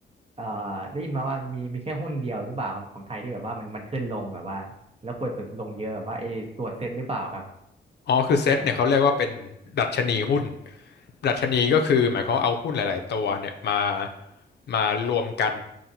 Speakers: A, on the right; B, on the left.
A: เอ่อได้ยินมาว่ามีมีแค่หุ้นเดียวหรือเปล่าครับของไทยที่แบบว่ามันมันขึ้นลงแบบว่าแล้วควรจะลงเยอะแบบว่าไอ้ตัวเซ็ตหรือเปล่าครับ
B: อ๋อคือเซตเนี่ยเขาเรียกว่าเป็น
A: ใช่ไหม
B: ดัชนีหุ้น ดัชนีก็คือหมายความว่าเอาหุ้นหลายๆตัวเนี่ยมามารวมกัน